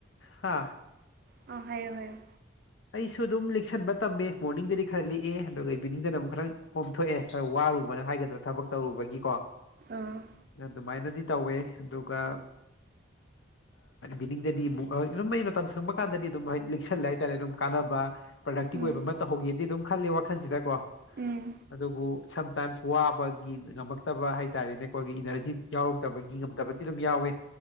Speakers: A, on the left; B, on the right.
A: ꯍꯥ
B: ꯑ ꯍꯥꯏꯌꯣ ꯍꯥꯏꯌꯨ
A: ꯑꯩꯁꯨ ꯑꯗꯨꯝ ꯂꯤꯛꯁꯟꯕ ꯇꯝꯃꯦ ꯃꯣꯔꯅꯤꯡꯗꯗꯤ ꯈꯔ ꯂꯤꯛꯑꯦ ꯑꯗꯨꯒ ꯏꯚꯤꯅꯤꯡꯗꯅ ꯑꯃꯨꯛ ꯈꯔ ꯀꯣꯝꯊꯣꯛꯑꯦ ꯈꯔ ꯋꯥꯔꯨꯕꯅ ꯍꯥꯏꯒꯗ꯭ꯔꯥ ꯊꯕꯛ ꯇꯧꯔꯨꯕꯒꯤꯀꯣ
B: ꯑꯥ
A: ꯑꯗꯨꯃꯥꯏꯅꯗꯤ ꯇꯧꯋꯦ ꯑꯗꯨꯒ ꯃꯤꯅꯤꯡꯗꯗꯤ ꯑꯃꯨꯛ ꯑꯗꯨꯝ ꯃꯩ ꯃꯇꯝ ꯁꯪꯕ ꯀꯥꯟꯗꯗꯤ ꯑꯗꯨꯝ ꯂꯤꯛꯁꯜꯂꯦ ꯍꯥꯏꯇꯥꯔꯦ ꯑꯗꯨꯝ ꯀꯥꯟꯅꯕ ꯄ꯭ꯔꯗꯛꯇꯤꯕ
B: ꯎꯝ
A: ꯑꯣꯏꯕ ꯑꯃ ꯇꯧꯍꯧꯒꯦꯗꯤ ꯑꯗꯨꯝ ꯈꯜꯂꯦ ꯋꯥꯈꯜꯁꯤꯗ ꯀꯣ
B: ꯎꯝ
A: ꯑꯗꯨꯕꯨ ꯁꯝꯇꯥꯏꯝꯁ ꯋꯥꯕꯒꯤ ꯉꯝꯃꯛꯇꯕ ꯍꯥꯏ ꯇꯔꯦꯅꯦ ꯑꯩꯈꯣꯏꯒꯤ ꯏꯅꯔꯖꯤ ꯌꯥꯎꯔꯛꯇꯕꯒꯤ ꯉꯝꯗꯕꯗꯤ ꯑꯗꯨꯝ ꯌꯥꯎꯋꯦ